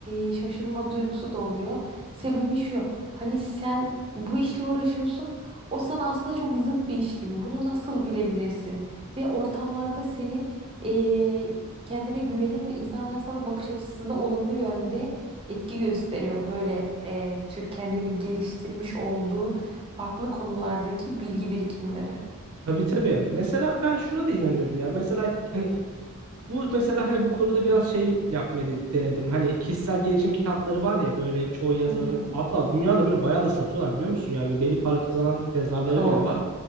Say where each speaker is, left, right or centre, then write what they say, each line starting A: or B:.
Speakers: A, on the right; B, on the right.
A: e, şaşırma duygusu da oluyor. Sebebi şu, hani sen bu işle uğraşıyorsun, o sana aslında çok zıt bir iş gibi. Bunu nasıl bilebilirsin? Ve ortamlarda senin e, kendine güvenin ve insanların sana bakış açısı da olumlu yönde etki gösteriyor. Böyle e, tür kendini geliştirmiş olduğun farklı konulardaki bilgi birikimleri.
B: Tabii tabii. Mesela ben şuna da inanıyorum ya. Mesela hani Bu mesela hani bu konuda biraz şey yapmayı de- denedim. Hani kişisel gelişim kitapları var ya böyle çoğu yazarın
A: Hı hı.
B: hatta dünyada böyle bayağı da satıyorlar biliyor musun? Yani böyle deli para kazanan yazarları
A: Çok.
B: bile var.